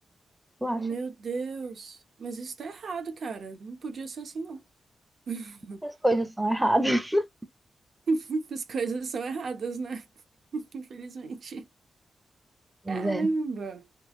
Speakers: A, in the centre; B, on the right.
A: Tu acha
B: meu Deus. Mas isso tá errado, cara. Não podia ser assim, não. <laughs>
A: que as coisas são erradas? <laughs>
B: Muitas coisas são erradas, né? <laughs> Infelizmente.
A: Pois
B: Caramba.
A: é.